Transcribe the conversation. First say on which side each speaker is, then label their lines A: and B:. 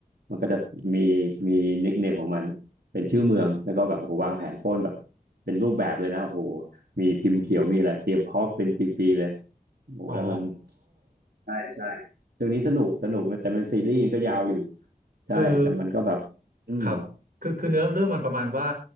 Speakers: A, on the right; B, on the right.
A: มันก็จะมีมีนิคเนมของมันเป็นชื่อเมืองแล้วก็แบบโอ้โหวางแผนปล้นแบบเป็นรูปแบบเลยนะโอ้โหมีพิมพ์เขียวมีอะไรเตรียมพร้อมเป็นปีๆเลยโอ้โหแล้วมัน
B: อ๋อ
A: ใช่ใช่เรื่องนี้สนุกสนุกแต่มันซีรีส์ก็ยาวอยู่ใช่แต่มันก็แบบอืม
B: คือ ครับคือคือเนื้อเรื่องมันประมาณว่า